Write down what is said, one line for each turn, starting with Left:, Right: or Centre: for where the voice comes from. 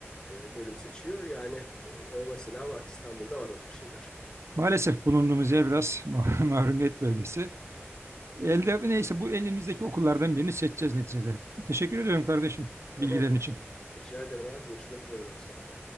Left: E, bölüm seçiyor. Yani o, o mesela var İstanbul'da var o tip şeyler.
Right: Maalesef bulunduğumuz yer biraz <laughs> mahrumiyet bölgesi. Elde neyse bu elimizdeki okullardan birini seçeceğiz neticede. Teşekkür ediyorum kardeşim
Left: Tamam.
Right: bilgilerin için.
Left: Rica ederim abi. Görüşmek üzere daha sonra.